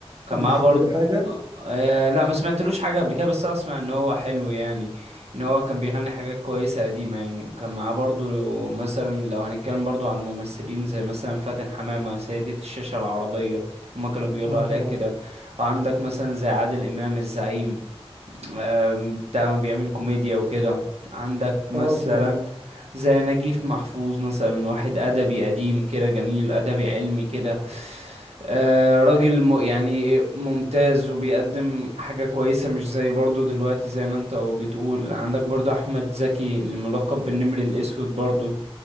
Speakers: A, on the right; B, on the right.
A: كان
B: بتحب
A: معاه برضه
B: له حاجة
A: آه آه، لا ما سمعتلوش حاجة قبل كده بس اسمع ان هو حلو يعني ان هو كان بيغني حاجات كويسة قديمة يعني وكان معاه برضه مثلا لو هنتكلم برضه على الممثلين زي مثلا فاتن حمامة سيدة الشاشة العربية هما كانوا بيقولوا
B: اه
A: عليها
B: طبعا
A: كده وعندك مثلا زي عادل امام الزعيم آه، بتاع بيعمل كوميديا وكده عندك مثلا
B: اه طبعا
A: زي نجيب محفوظ مثلا واحد أدبي قديم كده جميل أدبي علمي كده آه راجل م يعني
B: آه
A: ممتاز وبيقدم حاجة كويسة مش زي برضو دلوقتي زي ما انت بتقول عندك برضو أحمد زكي اللي ملقب بالنمر الأسود برضو